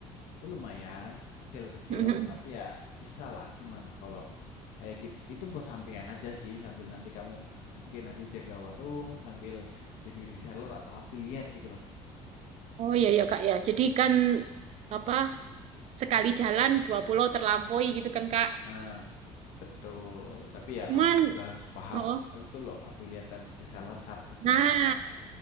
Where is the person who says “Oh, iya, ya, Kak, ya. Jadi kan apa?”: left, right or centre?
Right